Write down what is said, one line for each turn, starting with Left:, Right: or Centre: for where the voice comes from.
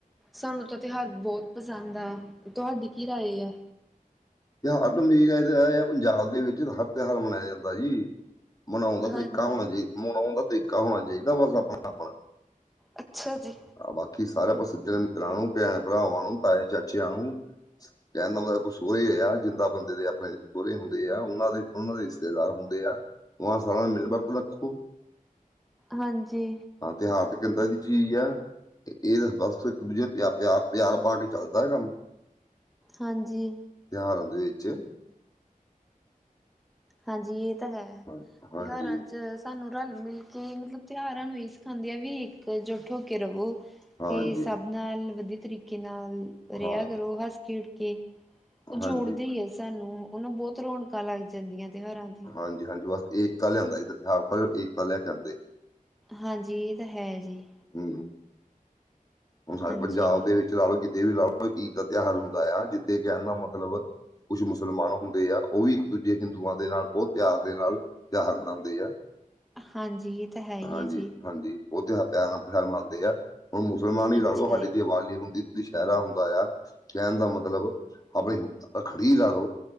Centre: ਸਾਨੂੰ ਤਾਂ ਤਿਉਹਾਰ ਬਹੁਤ ਪਸੰਦ ਆ ਤੁਹਾਡੀ ਕੀ ਰਾਏ ਆ?
Left: ਤੇ ਹਰਡਮੀਜ਼ ਪੰਜਾਬ ਦੇ ਵਿੱਚ ਹਰ <unintelligible> ਤਿਉਹਾਰ ਮਨਾਇਆ ਜਾਂਦਾ ਜੀ। ਮਨਾਉਣ ਦਾ ਤਰੀਕਾ
Centre: ਹਾਂਜੀ
Left: ਹੋਣਾ ਚਾਹੀਦਾ। ਮਨਾਉਣ ਦਾ ਤਰੀਕਾ ਹੋਣਾ ਚਾਹੀਦਾ ਬਸ ਆਪਣੋ- ਆਪ।
Centre: ਅੱਛਾ ਜੀ।
Left: ਬਾਕੀ ਸਾਰਾ ਸੱਜ ਮਿੱਤਰਾਂ ਨੂੰ, ਭੈਣ, ਭਰਾਵਾਂ ਨੂੰ ਤਾਏ, ਚਾਚੇ ਆ ਨੂੰ ਕਹਿਣ ਦਾ ਮਤਲਬ ਸੋਹਰੇ ਆ ਜਿੰਦਾਂ ਬੰਦੇ ਦੇ ਆਪਣੇ ਸਹੁਰੇ ਹੁੰਦੇ ਆ, ਉਹਨਾਂ ਦੇ ਉਹਨਾਂ ਦੇ ਰਿਸ਼ਤੇਦਾਰ ਹੁੰਦੇ ਆ। ਉਹ ਸਾਰਾ ਮਿਲ-ਬਕੁ ਰੱਖੂ।
Centre: ਹਾਂਜੀ।
Left: ਹਾਂ, ਤੇ ਹਾਰਢ ਕਹਿੰਦਾ ਕੀ ਹੈ? ਇਹ ਤਾਂ ਬਸ ਇੱਕ ਦੂਜੇ ਨੂੰ ਪਿਆਰ-ਪਿਆਰ ਪਾ ਕੇ ਚੱਲਦਾ ਕੰਮ।
Centre: ਹਾਂਜੀ।
Left: ਤਿਉਹਾਰਾਂ ਦੇ ਵਿੱਚ
Centre: ਹਾਂਜੀ, ਇਹ ਤਾਂ ਹੈ
Left: ਹਾਂ- ਹਾਂਜੀ
Centre: ਤਿਉਹਾਰਾਂ ਚ ਸਾਨੂੰ ਰਲ-ਮਿਲ ਕੇ ਮਤਲਬ ਤਿਉਹਾਰਾਂ ਨੂੰ ਇਹੀ ਸਿਖਾਉਂਦੇ ਆ ਵੀ ਇੱਕ ਜੁੱਟ ਹੋ ਕੇ ਰਵੋ।
Left: ਹਾਂਜੀ
Centre: ਤੇ ਸਭ ਨਾਲ ਵਧੀਆ ਤਰੀਕੇ ਨਾਲ ਰਿਹਾ
Left: ਹਾਂ
Centre: ਕਰੋ ਹੱਸ-ਖੇਡ ਕੇ। ਉਹ ਜੋੜਦਗ
Left: ਹਾਂਜੀ
Centre: ਹੀ ਹੈ ਸਾਨੂੰ ਉਹਨੂੰ ਬਹੁਤ ਰੌਣਕਾਂ ਲੱਗ ਜਾਂਦੀਆਂ ਤਿਉਹਾਰਾਂ ਦੀ।
Left: ਹਾਂਜੀ-ਹਾਂਜੀ, ਬਸ ਏਕਤਾ ਲਿਆਂਦਾ, ਇਹਦ ਤਉਹਾਰ ਏਕਤਾ ਲੈ ਕੇ ਆਂਦੇ।
Centre: ਹਾਂਜੀ, ਇਹ ਤਾਂ ਹੈ ਜੀ।
Left: ਹੂੰ। ਹੁਣ ਸਾਡੇ
Centre: ਹਾਂਜੀ।
Left: ਪੰਜਾਬ ਦੇ ਵਿੱਚ ਲਾ ਲਓ, ਕਿਤੇ ਵੀ ਲਾ ਲਓ ਈਦ ਦਾ ਤਿਉਹਾਰ ਹੁੰਦਾ ਆ, ਜਿੱਥੇ ਕਹਿਦਾ ਮਤਲਬ ਕੁਝ ਮੁਸਲਮਾਨ ਹੁੰਦੇ ਆ ਉਹ ਵੀ ਇੱਕ-ਦੂਜੇ ਹਿੰਦੂਆਂ ਦੇ ਨਾਲ ਬਹੁਤ ਪਿਆਰ ਦੇ ਨਾਲ ਤਿਉਹਾਰ ਮਨਾਉਂਦੇ ਆ,
Centre: ਹਾਂਜੀ ਇਹ ਤਾਂ ਹੈ ਹੀ
Left: ਹਾਂਜੀ-ਹਾਂਜੀ।
Centre: ਹੈ ਜੀ
Left: ਬਹੁਤ ਪਿਆਰ ਨਾਲ ਤਿਓਹਾਰ ਮਨਾਉਂਦੇ ਆ, ਹੁਣ ਮੁਸਲਮਾਨ ਹੀ
Centre: ਅੱਛਾ
Left: ਲਾੜੋ ਸਾਡੀ
Centre: ਜੀ।
Left: ਦੀ ਆਬਜ਼ੀ ਹੁੰਦੀ ਦਸ਼ੈਹਿਰਾ ਹੁੰਦਾ ਆ, ਕਹਿਣ ਦਾ ਮਤਲਬ ਆਪਣੀ ਰੱਖੜੀ ਲਾ ਲਓ।